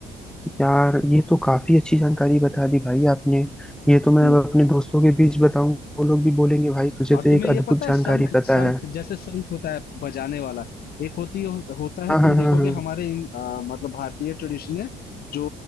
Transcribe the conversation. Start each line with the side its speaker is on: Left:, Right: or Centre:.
Centre: यार ये तो काफी अच्छी जानकारी बता दी भाई आपने ये तो
Left: है
Centre: मैं अब
Left: <laughs>
Centre: अपने दोस्तों के बीच बताऊं वो लोग भी बोलेंगे भाई तुझे
Left: और
Centre: तो
Left: तुम्हें
Centre: एक
Left: ये
Centre: अद्भुत
Left: पता है
Centre: जानकारी
Left: शंख
Centre: पता
Left: शंख
Centre: है
Left: जैसे शंख होता है बजाने वाला एक होती हो, होता है
Centre: हाँ
Left: तुम
Centre: हाँ
Left: देखोगे
Centre: हाँ हाँ
Left: हमारे इन, अ, मतलब भारतीय ट्रेडिशन में जो